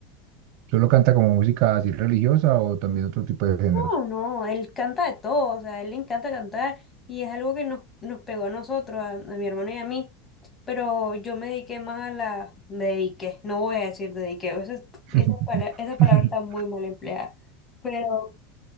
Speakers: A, on the right (about 55°); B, on the left (about 25°).
A: ¿Solo canta como música así religiosa o también otro tipo de géneros?
B: No, no, él canta de todo, o sea, a él le encanta cantar y es algo que nos, nos pegó a nosotros, a, a mi hermano y a mí, pero yo me dediqué más a la, me dediqué, no voy a decir dediqué, esa,
A: <laughs>
B: esa, pala- esa palabra está muy mal empleada, pero